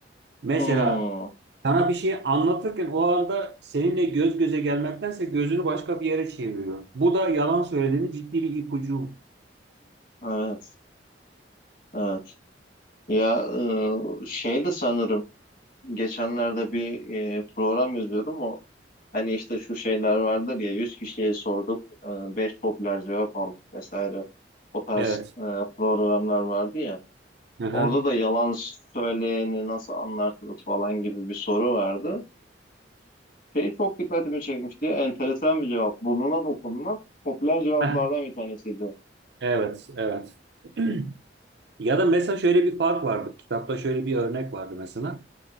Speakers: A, on the right; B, on the left.
A: Mesela
B: Hmm,
A: Sana bir şey anlatırken o anda seninle göz göze gelmektense gözünü başka bir yere çeviriyor. Bu da yalan söylediğini ciddi bir ipucuymuş.
B: evet. Evet. Ya e, şey de sanırım geçenlerde bir e, program izliyordum o hani işte şu şeyler vardır ya Yüz kişiye sorduk e, 5 popüler cevap aldık vesaire o tarz
A: Evet.
B: e, programlar vardı ya.
A: Hı hı.
B: Orada da yalan söyleyeni nasıl anlarsınız falan gibi bir soru vardı. Şey çok dikkatimi çekmişti. Enteresan bir cevap. Burnuna dokunmak popüler cevaplardan
A: Heh,
B: bir tanesiydi.
A: Evet, evet. <clears throat> Ya da mesela şöyle bir fark vardı. Kitapta şöyle bir örnek vardı mesela.